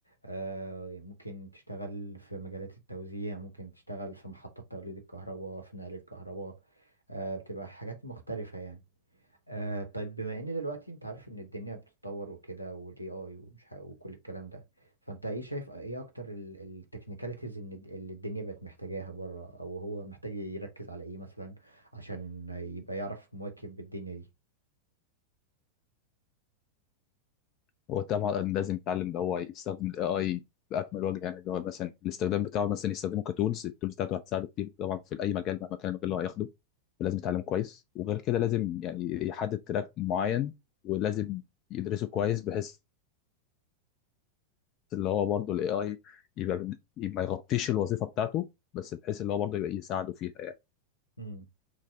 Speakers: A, on the left; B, on the left.
A: آه، ممكن تشتغل في مجالات التوزيع ممكن تشتغل في محطات توليد الكهرباء في نقل الكهرباء آه، بتبقى حاجات مختلفة يعني آه طيب بما ان دلوقتي انت عارف ان الدنيا بتتطور وكده والاي اي ومش ه- وكل الكلام ده فانت ايه شايف ايه اكتر التكنيكاليتيز ان الد- اللي الدنيا بقت محتاجاها بره او هو محتاج يركز على ايه مثلا عشان يبقى يعرف مواكب الدنيا دي
B: هو طبعا لازم يتعلم اللي هو يستخدم الاي اي باكمل وجه يعني اللي هو مثلا الاستخدام بتاعه مثلا يستخدمه كتولز التولز بتاعته هتساعده كتير طبعا في اي مجال مهما كان المجال اللي هو هياخده فلازم يتعلم كويس وغير كده لازم يعني يحدد تراك معين ولازم يدرسه كويس بحيث اللي هو برضه الاي اي يبقى بن- ما يغطيش الوظيفه بتاعته بس بحيث اللي هو برضه يبقى يساعده فيها يعني
A: امم